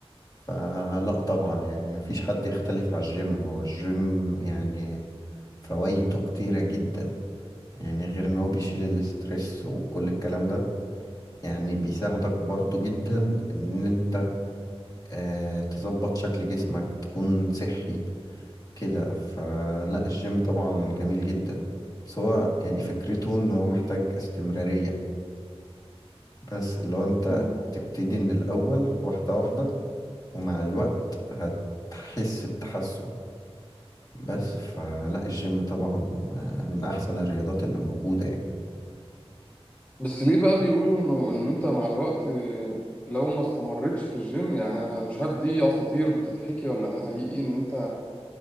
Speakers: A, on the left (about 35°); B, on the left (about 15°).
A: فلا طبعا يعني مفيش حد يختلف على الجيم هو الجيم يعني فوائده كتيرة جدا يعني غير ان هو بيشيل الاسترس وكل الكلام ده يعني بيساعدك برضو جدا ان انت آه تظبط شكل جسمك تكون صحي كده فلا الجيم طبعا جميل جدا بس هو يعني فكرته ان هو محتاج استمرارية بس اللي هو انت
B: مم.
A: تبتدي من الاول واحدة واحدة ومع الوقت هتحس بتحسن بس فلا الجيم طبعا آه، من احسن الرياضات اللي موجودة يعني
B: بس ليه بقى بيقولوا انه ان انت مع الوقت آه، لو ما استمرتش في الجيم يعني انا مش عارف دي اساطير بتتحكي ولا ده حقيقي ان انت